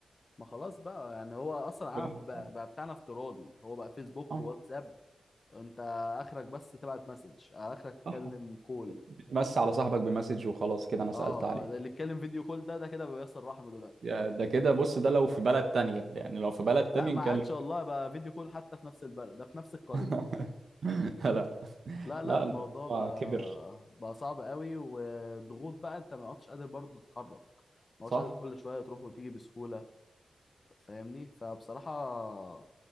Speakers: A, on the left (about 30°); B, on the right (about 50°).
A: ما خلاص بقى يعني هو أصلا العالم
B: كل واحد في
A: بقى
B: حاله.
A: بقى بتاعنا افتراضي هو بقى فيسبوك
B: اه
A: وواتساب أنت آخرك بس تبعت مسج آخرك تتكلم
B: صح
A: كول
B: بتمسي على صاحبك بمسج وخلاص كده انا سألت
A: اه
B: عليه
A: آه، اللي يتكلم فيديو كول ده ده كده بيصل رحمه دلوقتي
B: يا ده كده بص ده لو في بلد تانية يعني لو في بلد تانية
A: لا ما
B: نكلم
A: عادش والله بقى فيديو كول حتى في نفس البلد ده في نفس القرية
B: <laughs> لا
A: لا لا
B: لا
A: الموضوع
B: الموضوع
A: بقى
B: كبر
A: بقى صعب قوي وضغوط بقى انت ما عدتش قادر برضه تتحرك ما
B: صح
A: عدتش قادر كل شوية تروح وتيجي بسهولة فاهمني فبصراحة